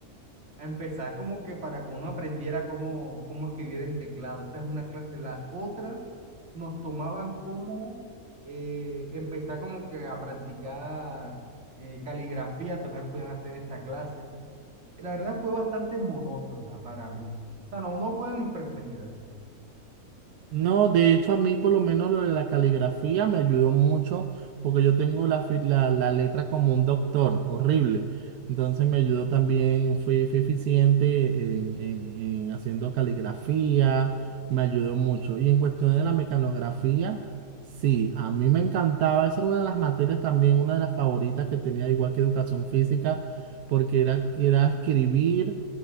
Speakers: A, on the right; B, on the right.
A: a empezar como que para que uno aprendiera cómo, cómo escribir en teclado. Esa es una clase. Las otras nos tomaban como eh, empezar como que a practicar eh, caligrafía, también nos podían hacer en esta clase. La verdad fue bastante monótona para mí. O sea, no, no fue de mis preferidas.
B: No, de hecho a mí por lo menos lo de la caligrafía me ayudó mucho porque yo tengo la, fi- la, la letra como un doctor, horrible. Entonces me ayudó también, fui, fui eficiente en, en- en haciendo caligrafía, me ayudó mucho. Y en cuestión de la mecanografía, sí, a mí me encantaba, esa era una de las materias también, una de las favoritas que tenía igual que educación física, porque era, que era escribir